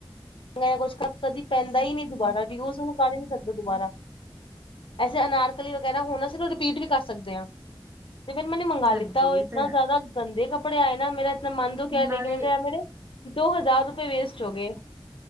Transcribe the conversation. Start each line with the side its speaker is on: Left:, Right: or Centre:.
Left: ਮੈਂ ਕੁਛ ਕਦੀ ਪੈਂਦਾ ਹੀ ਨਹੀਂ ਦੁਬਾਰਾ,, ਯੁਜ਼ ਉਹਨੂੰ ਕਰ ਹੀ ਨੀ ਸਕਦੇ ਦੁਬਾਰਾ, ਐਸੇ ਅਨਾਰਕਲੀ ਵਗੈਰਾ ਹੋਣਾ ਅਸੀਂ ਰਿਪੀਟ, ਵੀ ਕਰ ਸਕਦੇ ਹਾਂ ਤੇ ਫਿਰ ਮੈਨੇ ਮੰਗਵਾ
Right: ਹਾਂਜੀ
Left: ਲਿਤਾ, ਉਹ ਇਤਨਾ
Right: ਇਹ ਤਾਂ ਹੈ
Left: ਜ਼ਿਆਦਾ ਗੰਦੇ ਕੱਪੜੇ ਆਏ ਨਾ, ਮੇਰਾ ਇਤਨਾ ਮਨ ਦੁਖਿਆ
Right: ਨਾਲੇ
Left: ਕਿਵੇਂ ਕਿਹਾ ਮੇਰੇ ਦੋ, ਹਜ਼ਾਰ ਰੁਪਏ ਵੇਸਟ ਹੋ ਗਏ